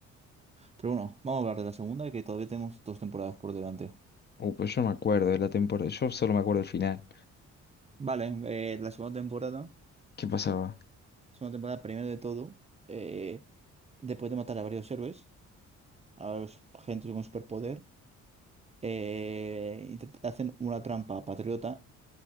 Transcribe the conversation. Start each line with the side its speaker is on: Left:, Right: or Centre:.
Right: Pero bueno, vamos a hablar de la segunda, que todavía tenemos dos temporadas por delante.
Left: Uh, pero yo no me acuerdo de la temporada. Yo solo me acuerdo del final.
Right: Vale, eh, la segunda temporada.
Left: ¿Qué pasaba?
Right: Segunda temporada, primero de todo. eh, después de matar a varios héroes, a los- gente con superpoder. eh, intent- hacen una trampa a Patriota,